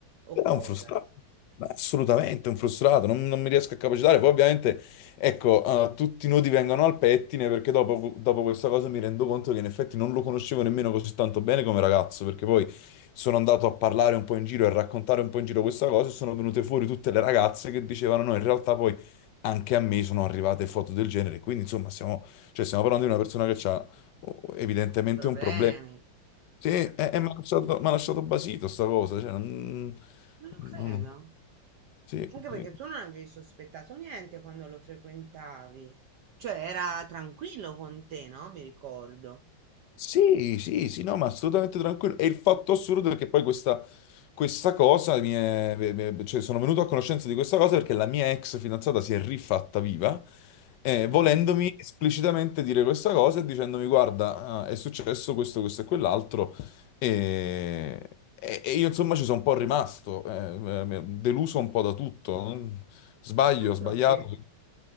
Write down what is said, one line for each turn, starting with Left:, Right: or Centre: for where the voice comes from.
Right: O
Left: È
Right: cosa?
Left: un frustrato, ma assolutamente un frustrato, non, non mi riesco a capacitare. Poi ovviamente, ecco, eh, tutti i nodi vengono al pettine perché dopo, dopo questa cosa mi rendo conto che in effetti non lo conoscevo nemmeno così tanto bene come ragazzo, perché poi sono andato a parlare un po' in giro e a raccontare un po' in giro questa cosa e sono venute fuori tutte le ragazze che dicevano no, in realtà poi anche a me sono arrivate foto del genere. Quindi insomma, stiamo, cioè, stiamo parlando di una persona che ha evidentemente
Right: Problemi.
Left: un problema. Sì, e,
Right: Eh,
Left: e mi ha lasciato, mi ha lasciato basito sta cosa, cioè, non-
Right: non lo
Left: non-
Right: credo.
Left: sì,
Right: Anche
Left: sì.
Right: perché tu non avevi sospettato niente quando lo frequentavi. Cioè, era tranquillo con te, no? Mi ricordo.
Left: Sì, sì, sì, no, ma assolutamente tranquillo. E il fatto assurdo è che poi questa, questa cosa mi è, mi è- cioè sono venuto a conoscenza di questa cosa perché la mia ex fidanzata si è rifatta viva, eh,
Right: Mm.
Left: volendomi esplicitamente dire questa cosa e dicendomi: Guarda, ah, è successo questo, questo e quell'altro. E, e- e io insomma ci sono un po' rimasto, eh, eh, deluso un po' da tutto. Sbaglio,
Right: Altro
Left: sbagliato.
Right: che.